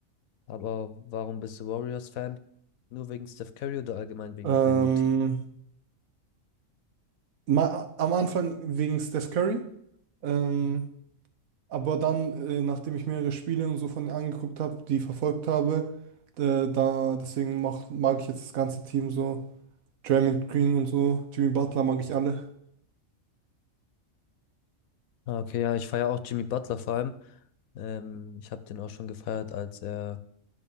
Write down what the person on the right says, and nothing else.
Ähm,
ma am Anfang wegen Steph Curry. Ähm, Aber dann, äh, nachdem ich mehrere Spiele und so von ihr angeguckt habe, die verfolgt habe, äh, da deswegen mach, mag ich jetzt das ganze Team so. Draymond Green und so, Jimmy Butler mag ich alle.